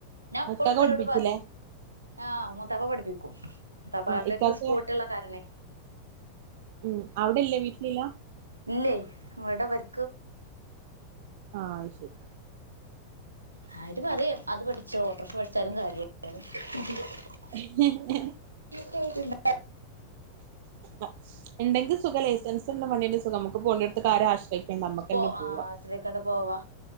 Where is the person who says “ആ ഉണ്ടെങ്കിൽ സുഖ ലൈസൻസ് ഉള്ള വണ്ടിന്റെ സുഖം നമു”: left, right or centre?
Right